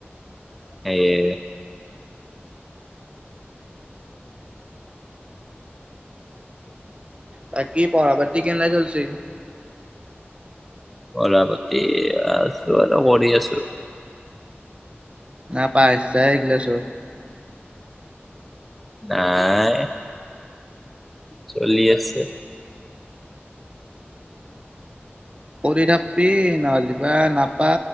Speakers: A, in the centre; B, on the right (about 30°).
A: সেয়ে।
B: তাক কি পৰৱৰ্তী কেনে চলচি।
A: পঢ়া পাতি আছো আৰু কৰি আছোঁ।
B: নাপায় চাইগিলা চোন
A: নাই চলি আছে।
B: কৰি থাকবি নহ'লে বা নাপা